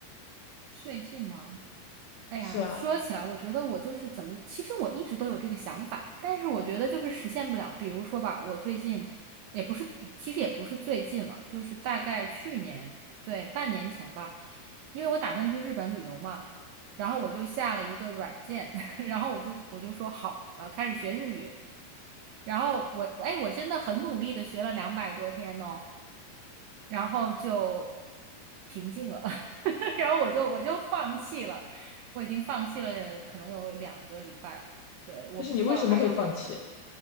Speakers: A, on the right; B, on the left.
A: 最近吗？哎呀，
B: 是啊，
A: 说起来，我觉得我就是怎么，其实我一直都有这个想法，但是我觉得就是实现不了。比如说吧，我最近也不是，其实也不是最近了，就是大概去年，对，半年前吧，因为我打算去日本旅游嘛，然后我就下了一个软件，<laughs> 然后我就我就说好，我要开始学日语，然后我，哎，我真的很努力的学了两百多天哦。然后就平静了，<laughs> 然后我就我就放弃了，我已经放弃了，可能有两个礼拜了吧。对，我不知道还要不要。
B: 但是你为什么会放弃？